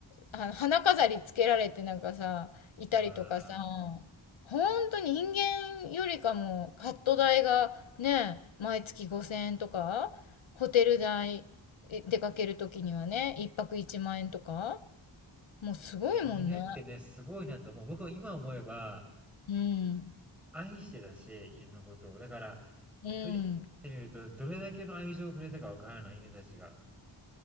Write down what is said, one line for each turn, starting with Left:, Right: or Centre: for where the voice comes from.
Left: あの花飾りつけられてなんかさ、いたりとかさ、
Centre: うわー。
Left: ほんと人間よりかもカット代がね、毎月5000円とか、ホテル代え出かけるときにはね、一泊1万円とか、もうすごいもんね。
Centre: いや、犬ってね、すごいなと思う。僕も今思えば、
Left: うん。
Centre: 愛してたし、犬のことを。だから、
Left: うん。
Centre: 振り返ってみると、どれだけの愛情をくれたかわからない、犬たちが。